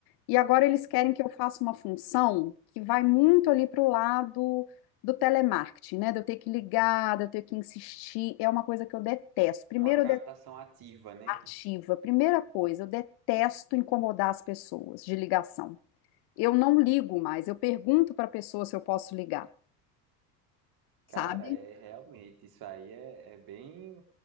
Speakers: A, on the left; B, on the right.
A: e agora eles querem que eu faça uma função que vai muito ali para o lado do telemarketing, né? De eu ter que ligar, de eu ter que insistir, é uma coisa que eu detesto. Primeiro,
B: Uma captação
A: eu detesto
B: ativa, né?
A: ativa. Primeira coisa, eu detesto incomodar as pessoas de ligação. Eu não ligo mais, eu pergunto para a pessoa se eu posso ligar,
B: Cara,
A: sabe?
B: é realmente isso aí é, é bem.